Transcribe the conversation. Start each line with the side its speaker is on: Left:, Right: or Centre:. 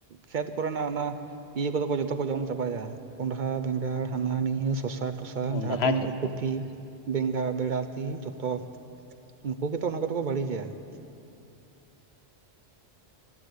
Right: ᱠᱷᱮᱛ ᱠᱚᱨᱮᱱᱟᱜ ᱚᱱᱟ ᱾ ᱤᱭᱟᱹ ᱠᱚᱫᱚ ᱠᱚ ᱡᱚᱛᱚ ᱠᱚ ᱡᱚᱢ ᱪᱟᱵᱟᱭᱟ ᱠᱚᱸᱰᱷᱟ ᱵᱮᱸᱜᱟᱲ ᱦᱟᱱᱟ ᱱᱤᱭᱟᱹ ᱥᱚᱥᱟᱠᱚ ᱾ ᱴᱚᱥᱟ
Left: ᱠᱚᱸᱰᱷᱟ
Right: ᱡᱟᱦᱟᱸ ᱛᱤᱱᱟᱹᱜ
Left: ᱡᱚᱛᱚ
Right: ᱠᱚᱯᱤ
Left: ᱜᱮ
Right: ᱵᱮᱸᱜᱟᱲ ᱵᱮᱲᱟᱛᱤ ᱡᱚᱛᱚ ᱾ ᱩᱱᱠᱩ ᱥᱮᱛᱟ ᱚᱱᱟ ᱠᱚᱫᱚ ᱠᱚ ᱵᱟᱹᱲᱤᱡᱟ ᱾